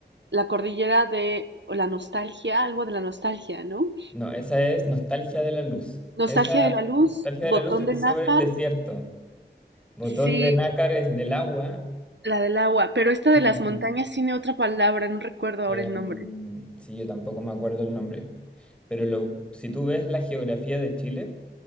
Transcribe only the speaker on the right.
la cordillera de, o la nostalgia, algo de la nostalgia, ¿no?
Nostalgia
de la luz,
botón
de nácar,
sí,
la del agua, pero esta
de las montañas tiene otra palabra, no recuerdo
ahora el nombre.